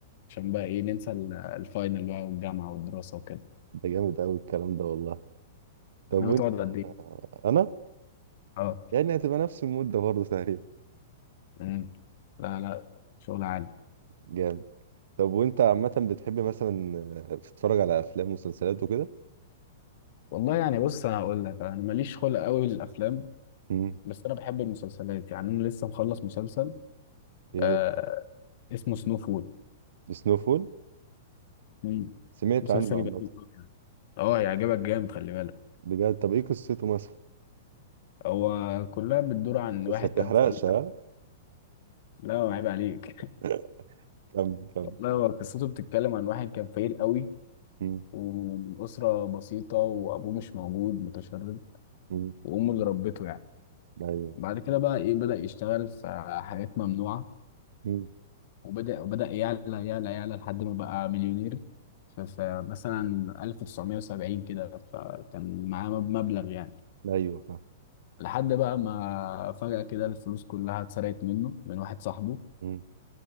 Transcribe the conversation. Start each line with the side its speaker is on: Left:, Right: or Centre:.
Left: عشان بقى إيه ننسى ال- الفاينل بقى والجامعة والدراسة وكده
Right: ده جامد قوي الكلام ده والله طب
Left: أنا
Right: وانت
Left: بتقعد قد إيه؟
Right: انا
Left: أه
Right: يعني هتبقى نفس المده برضه تقريبا
Left: مم. لا لا شغل عالي
Right: جامد طب وانت عامه بتحب مثلا آه، تتفرج على افلام ومسلسلات وكده
Left: والله يعني بص أنا هقول لك أنا ماليش خلق قوي للأفلام
Right: امم
Left: بس أنا بحب المسلسلات يعني أنا لسه مخلص مسلسل
Right: ايه
Left: آه
Right: هو
Left: اسمه سنو فول
Right: سنو فول
Left: مم.
Right: سمعت
Left: مسلسل
Right: عنه عامه
Left: جميل أوي يعني أه يعجبك جامد خلي بالك
Right: بجد طب ايه قصته مثلا
Left: هو كلها بتدور عن
Right: بس
Left: واحد
Right: ما تحرقش
Left: كان فقير
Right: ها
Left: لا عيب عليك <laughs>
Right: <laughs> كم كم
Left: والله هو قصته بتتكلم عن واحد كان فقير قوي
Right: امم
Left: ومن أسرة بسيطة وأبوه مش موجود متشرد
Right: امم
Left: وأمه اللي ربته يعني
Right: ايوه
Left: بعد كده بقى إيه بدأ يشتغل في حاجات ممنوعة
Right: امم
Left: وبدأ وبدأ يعلى يعلى يعلى لحد ما بقى مليونير ف- فمثلا 1970 كده فكان معاه مب- مبلغ يعني
Right: ايوه فاهم
Left: لحد بقى ما فجأة كده الفلوس كلها اتسرقت منه من واحد صاحبه
Right: امم